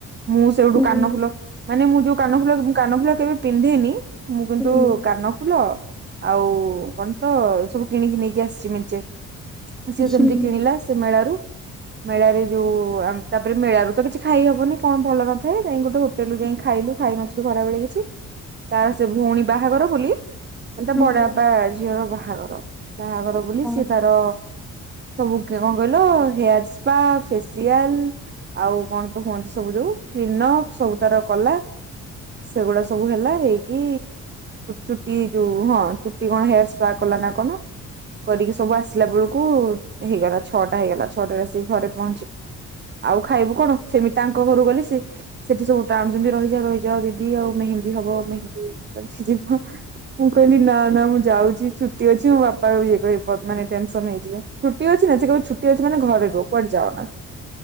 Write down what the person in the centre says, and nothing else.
ହୁଁ
ହୁଁ
ହୁଁ।
ହୁଁ
ହଁ